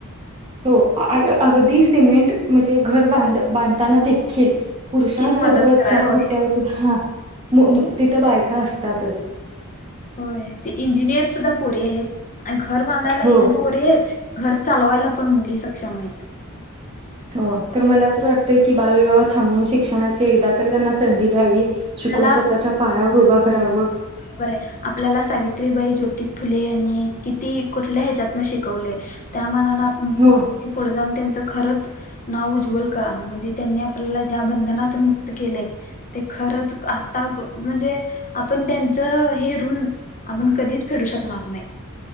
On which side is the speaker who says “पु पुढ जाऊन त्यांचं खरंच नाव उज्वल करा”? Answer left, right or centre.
Left